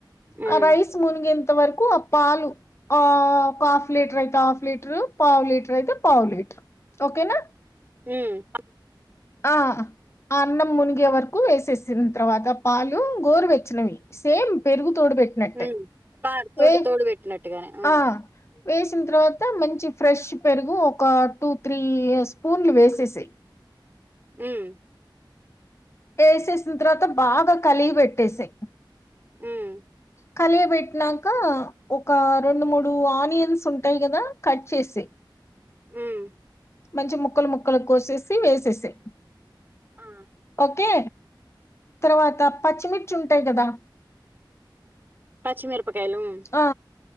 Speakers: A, on the right; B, on the left.
A: ఉమ్
B: ఆ రైస్ మునిగెంత వరకు ఆ పాలు ఆ ఒక హాఫ్ లీట్రు అయితే హాఫ్ లీట్రు పావు లీట్రు అయితే పావు లీట్రు ఓకేనా
A: మ్మ్
B: ఆ ఆ అన్నం ముని గే వరకు వేసేసిన్ తర్వాత పాలు గోరువెచ్చనవి సేమ్ పెరుగు తోడు పెట్నట్టే
A: ఉమ్ పా తోడు
B: వేయి
A: తోడు పెట్టినట్టుగానే ఉమ్
B: ఆ వేసిన తర్వాత మంచి ఫ్రెష్ పెరుగు ఒక టూ, త్రీ స్పూన్లు వేసేసేయ్ <inaudible>
A: హ్మ్
B: వేసేసిన తర్వాత బాగా కలియ బెట్టేసేయ్
A: హ్మ్
B: కలియబెట్టినాక ఒక రెండు మూడు ఆనియన్స్ ఉంటయి కదా కట్ చేసేయ్
A: హ్మ్
B: మంచి ముక్కలు ముక్కలు కోసేసి వేసేసేయ్
A: ఆ
B: ఓకే తర్వాత పచ్చిమిర్చి ఉంటయి కదా
A: పచ్చిమిరపకాయలు హ్మ్
B: ఆ